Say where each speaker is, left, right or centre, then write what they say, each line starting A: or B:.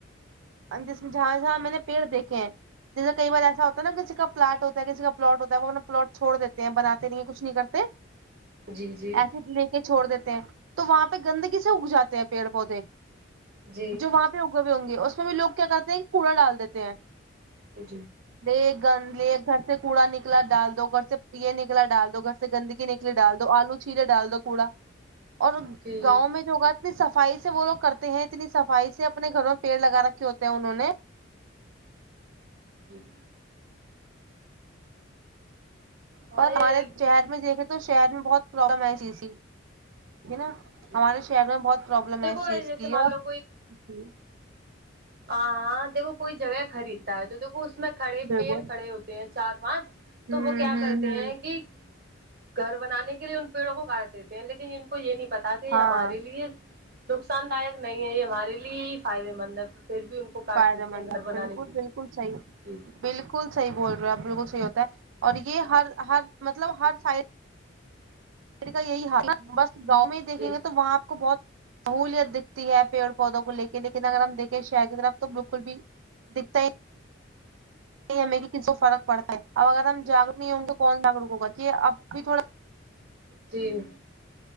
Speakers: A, on the right (about 80°); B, on the right (about 50°).
A: ہم جس میں جہاں جہاں میں نے پیڑ دیکھے ہیں جیسے کئی بار ایسا ہوتا نا کسی کا پلاٹ ہوتا ہے کسی کا پلاٹ ہوتا ہے وہ اپنا پلاٹ چھوڑ دیتے ہیں بناتے نہیں ہیں کچھ نہیں کرتے
B: جی جی
A: ایسے لے کے چھوڑ دیتے ہیں تو وہاں پہ گندگی سے اگ جاتے ہیں پیڑ پودے
B: جی
A: جو وہاں پہ اگے ہوئے ہوں گے اس میں بھی لوگ کیا کرتے ہیں کوڑا ڈال دیتے ہیں
B: جی
A: د گند لیے ایک گھر سے کوڑا نکلا ڈال دو گھر سے یہ نکلا ڈال دو گھر سے گندگی نکلی ڈال دو آلو چھیلے ڈال دو کوڑا اور
B: جی
A: گاؤں میں جو ہوگا اتنی صفائی سے وہ لوگ کرتے ہیں اتنی صفائی سے اپنے گھروں میں پیڑ لگا رکھ کےہوتے ہیں انہوں نے
B: جی ہاں
A: پر
B: یہ
A: ہمارے
B: ہے کہ
A: شہر میں دیکھے تو شہر میں بہت پرابلم ہے اس چیز کی ہے نا
B: جی
A: ہمارے شہر میں بہت پرابلم
B: دیکھو
A: ہے اس چیز
B: جیسے
A: کی
B: مان
A: اور
B: لو
A: ج
B: آ ہاں دیکھو کوئی جگہ خریدتا ہے تو دیکھو اس میں کھڑے
A: بالکل
B: پیڑ
A: ہوں
B: کھڑے ہوتے ہیں چار پانچ تو
A: ہوں
B: وہ کیا کرتے
A: ہوں
B: ہیں کہ گھر بنانے کے لیے ان پیڑوں کو کاٹ دیتے ہیں لیکن ان کو یہ نہیں پتا کہ یہ
A: ہاں
B: ہمارے لیے نقصان دایک نہیں ہے یہ ہمارے لیے ہی فائدے مند ہے پھر بھی انکو کاٹ
A: فائدے
B: دیتے
A: مند
B: ہیں گھر
A: ہے
B: بنانے
A: بالکل
B: کے
A: بالکل
B: لیے
A: صحیح
B: جی
A: بالکل صحیح بول رہے بالکل صحیح ہوتا ہے اور یہ ہر ہر مطلب ہر سائڈ کا یہی حال نا بس گاؤں میں ہی دیکھیں
B: جی
A: گے تو وہاں آ پکو بہت سہولیت دکھتی ہے پیڑ پودوں کو لے کے لیکن اگر ہم دیکھیں شہر کی طرف تو بالکل بھی دکھتا ہی ہمیں کہ کسی کو فرق پڑتا ہے اگر ہم جاگروک نہیں ہوں گے کون جاگروک ہوگا یہ اب بھی تھوڑا
B: جی